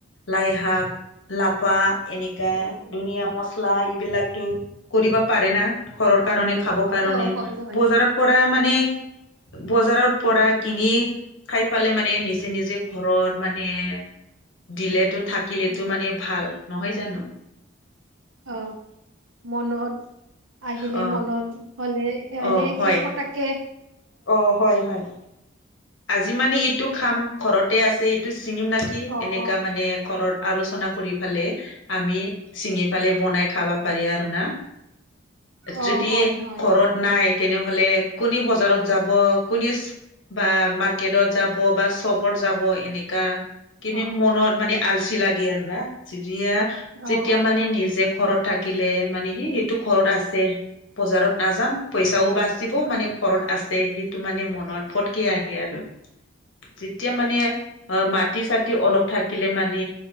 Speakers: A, on the left; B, on the right.
A: লাইশাক লাফা এনেকুৱা
B: অ
A: ধুনীয়া মছলা লা এইবিলাকতো কৰিব পাৰে না। ঘৰৰ
B: অ
A: কাৰণে খাব কাৰণে
B: অ হয় হয়
A: বজাৰত পৰা মানে বজাৰত পৰা কিনি খাই পালে মানে নিজে নিজে ঘৰত মানে দিলেতো থাকিলেতটো
B: অ
A: মানে ভাল নহয়, জানো?
B: অ', মনত আহিলে
A: অ
B: মনত হ'লে এনেকে
A: অ হয়
B: পটকে
A: অ', হয়, হয়, আজি মানে ইটো খাম ঘৰতে আছে ইটো ছিঙিম না কি
B: অ
A: এনেকা
B: অ
A: মানে কৰৰত আলোচনা কৰি ফালে। আমি চিঙি ফালে বনাই খাবা পাৰি আৰু না?
B: অ
A: যদি
B: হয় হয়
A: ঘৰত
B: হয়
A: নাই তেনেহ'লে কোনে বজাৰত যাব কোনে বা মাৰ্কেটত যাব বা চকত যাব এনেকা। কিন্তু
B: অ
A: মনত মানে আলচি লাগে আৰু না, যেতিয়া যেতিয়া,
B: অ অ
A: মানে
B: অ
A: নিজে ঘৰত থাকিলে মানে সি সেইটো ঘৰত আছে, বজাৰত নাযাম পইচাও বাচিব
B: উম
A: মানে ঘৰত আছে সেইটো মানে মনত ফটকে আহি আৰু। যেতিয়া মানে অ', মাটি চাটি অলপ থাকিলে মানে